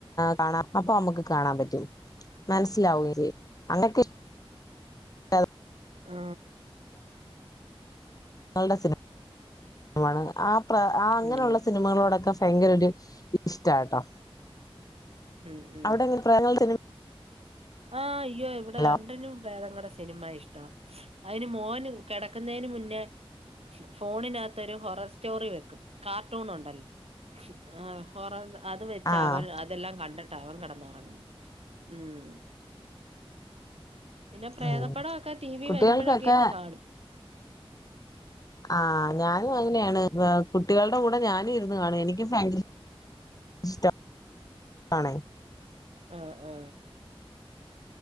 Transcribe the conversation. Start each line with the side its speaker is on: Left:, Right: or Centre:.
Left: കാണാം അപ്പൊ നമ്മുക്ക് കാണാൻ പറ്റും. മനസ്സിലാവേ ചെയ്യും <unintelligible>
Right: ആ.
Left: <unintelligible> ആ പ്ര അങ്ങനെയുള്ള
Right: ഉം
Left: സിനിമകളോടൊക്കെ ഭയങ്കര ഒരു ഇഷ്ടാട്ടോ
Right: ഉം ഉം
Left: അവിടെ <unintelligible>
Right: ആ അയ്യോ ഇവിടെ
Left: സിനിമയുണ്ടോ
Right: രണ്ടിനും പ്രേതങ്ങളടെ സിനിമ ഇഷ്ടവാ. അതിന് മോന് കിടക്കുന്നതിന് മുന്നേ ഫോണിനകത്ത് ഒരു ഹൊറർ സ്റ്റോറി വെക്കും കാർട്ടൂൺ ഉണ്ടല്ലോ. ആ ഹൊറർ അത് വെച്ച്
Left: ആഹ്
Right: അവൻ അതെല്ലാം കണ്ടിട്ട് അവൻ കിടന്നുറങ്ങുന്നു ഉം. പിന്നെ പ്രേതപ്പടമൊക്കെ
Left: ഉം
Right: ടി വി
Left: കുട്ടികൾക്കൊക്കെ
Right: വരുമ്പോഴൊക്കെ ഇരുന്ന് കാണും.
Left: ആ ഞാനും അങ്ങനെയാണ് കുട്ടികളുടെ കൂടെ ഞാനും ഇരുന്ന് കാണും എനിക്കും <unintelligible> ഇഷ്ടം ആണേ
Right: ആ ആ.